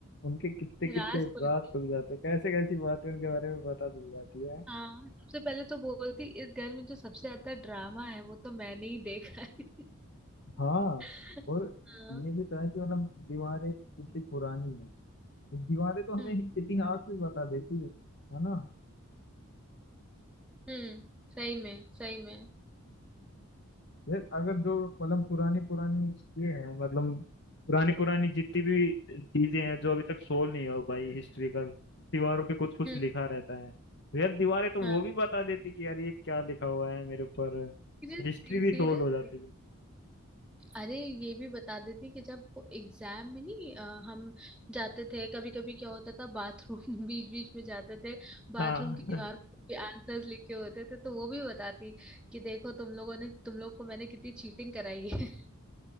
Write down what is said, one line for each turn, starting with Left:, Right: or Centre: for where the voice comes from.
Left: उनके कितने कितने
Centre: राज खुलती
Left: राज खुल जाते कैसे कैसी बातें उनके बारे में पता चल जाती है
Centre: हाँ सबसे पहले तो बोलती इस घर में जो सबसे ज्यादा ड्रामा है वो तो मैंने ही देखा है
Left: हाँ
Centre: <laughs>
Left: और
Centre: हाँ
Left: ये भी तो है कि मतलब दीवारें कितनी पुरानी हैं दीवारें तो
Centre: हम्म।
Left: हमें इतिहास भी बता देती है है ना
Centre: हम्म सही में सही में
Left: यार अगर जो मतलब पुरानी पुरानी ये है मतलब पुरानी पुरानी जितनी भी चीजें हैं जो अभी तक सोल्व नहीं हो पाई हिस्ट्रिकल दीवारों पे कुछ कुछ
Centre: हम्म
Left: लिखा रहता है तो यार दीवारें तो
Centre: हाँ
Left: वो भी बता देती कि यार ये क्या लिखा हुआ है मेरे ऊपर
Centre: सीरियसली
Left: हिस्ट्री भी
Centre: सीरियसली
Left: सोल्व हो जाती बिल्कुल
Centre: अरे ये भी बता देती कि जब वो एग्जाम में नहीं अ, हम जाते थे कभी कभी क्या होता था बाथरूम <laughs> बीच बीच में जाते थे बाथरूम
Left: हाँ
Centre: की
Left: <laughs>
Centre: दीवार पे आंसर्स लिखे होते थे तो वो भी बताती कि देखो तुम लोगों ने तुम लोग को मैंने कितनी चीटिंग कराई है <laughs>